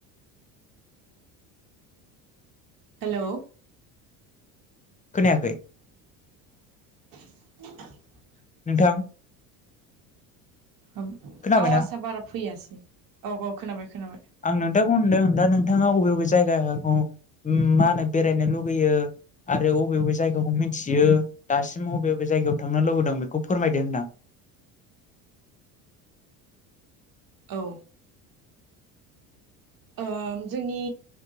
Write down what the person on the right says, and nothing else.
हेलौ
<unintelligible> ओ
औ
आवासआ बारा फैयासै औ औ खोनाबाय खोनाबाय।
औ ओ जोंनि